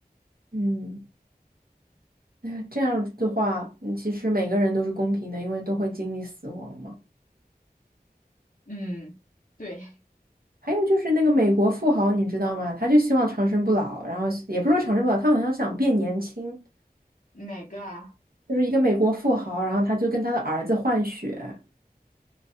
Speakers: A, on the right (about 70°); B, on the left (about 55°).
A: 嗯，那这样的话，嗯其实每个人都是公平的，因为都会经历死亡嘛。
B: 嗯，对，<laughs>
A: 还有就是那个美国富豪，你知道吗？他就希望长生不老，然后也不是说长生不老，他好像想变年轻，
B: 哪个啊？
A: 就是一个美国富豪，然后他就跟他的儿子换血，